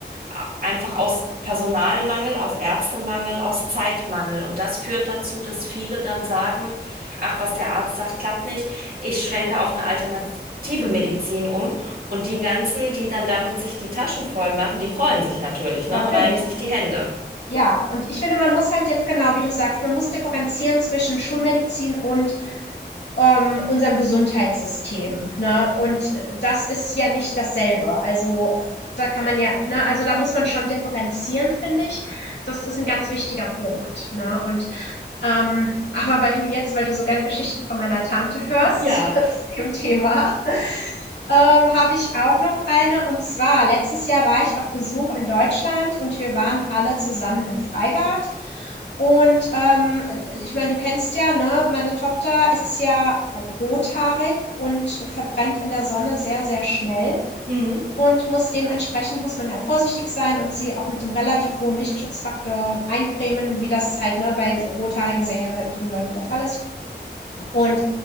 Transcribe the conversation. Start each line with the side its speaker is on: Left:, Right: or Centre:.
Right: a- Einfach aus Personalmangel, aus Ärztemangel, aus Zeitmangel. Und das führt dazu, dass viele dann sagen, ach, was der Arzt sagt, klappt nicht. Ich schwenke auf eine alternative
Left: Mhm.
Right: Medizin um. Und die ganzen, die dann damit sich die Taschen voll machen, die freuen sich natürlich, ne,
Left: Natürlich.
Right: und reiben sich die Hände.
Left: Ja, und ich finde, man muss halt dif genau wie du sagst, man muss differenzieren zwischen Schulmedizin und, ähm, unserem Gesundheitssystem, ne? Und, äh, das ist ja nicht dasselbe. Also, äh, da kann man ja, ne, also da muss man schon differenzieren, finde ich. Das ist ein ganz wichtiger Punkt, ne? Und, ähm, aber weil du jetzt weil du so gern Geschichten von meiner Tante hörst
Right: Ja.
Left: <laughs> zu dem Thema Ähm, habe ich auch noch eine. Und zwar, letztes Jahr war ich auf Besuch in Deutschland und wir waren alle zusammen im Freibad. Und ähm, ich meine, du kennst ja, ne, meine Tochter ist ja rothaarig und verbrennt in der Sonne sehr, sehr schnell.
Right: Hm.
Left: Und muss dementsprechend muss man halt vorsichtig sein und sie auch mit einem relativ hohen Lichtschutzfaktor eincremen, wie das halt ne, bei rothaarigen, sehr hellhäutigen Leuten der Fall ist. Und